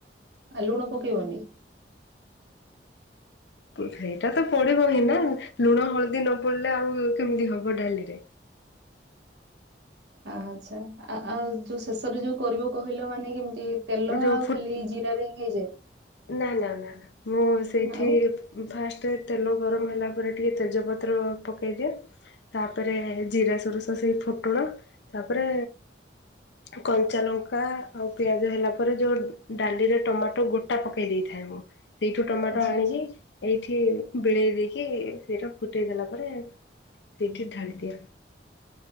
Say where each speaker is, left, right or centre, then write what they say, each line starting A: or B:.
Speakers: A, on the right; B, on the left.
A: ଆ ଲୁଣ ପକେଇବନି?
B: ସେଇଟା ତ ପଡିବ ହିଁ ନା ଲୁଣ ହଳଦୀ ନ ପଡିଲେ ଆଉ କେମିତି ହବ ଡାଲିରେ।
A: ଆଚ୍ଛା ଆଉ ଯୋଉ ଶେଷରେ ଯୋଉ କରିବ କହିଲ ମାନେ କେମିତି ତେଲ
B: ଯୋଉ
A: ଆଉ
B: ଫୁ
A: ଖାଲି ଜିରା ହିଁ ହେଇଯାଏ?
B: ନା ନା ନା ମୁଁ ସେଇଠି
A: ଆଉ
B: ଫାଷ୍ଟ ତେଲ ଗରମ ହେଲା ପରେ ଟିକିଏ ତେଜପତ୍ର ପକାଇଦିଏ ତାପରେ ଜିରା ସୋରୁସ ସେଇ ଫୁଟୁଣ ତାପରେ କଞ୍ଚା ଲଙ୍କା ଆଉ ପିଆଜ ହେଲା ପରେ ଯୋଉ ଡାଲିରେ ଟମାଟୋ ଗୋ ଟା ପକେଇ ଦେଇଥାଏ ମୁଁ ସେଇଠୁ ଟମାଟୋ
A: ଆଚ୍ଛା
B: ଆଣିକି
A: ଆଚ୍ଛା
B: ଏଇଠି ବିଳେଇ ଦେଇକି ସେଇଟା ଫୁଟେଇ ଦେଲା ପରେ ସେଇଠି ଢାଳି ଦିଆ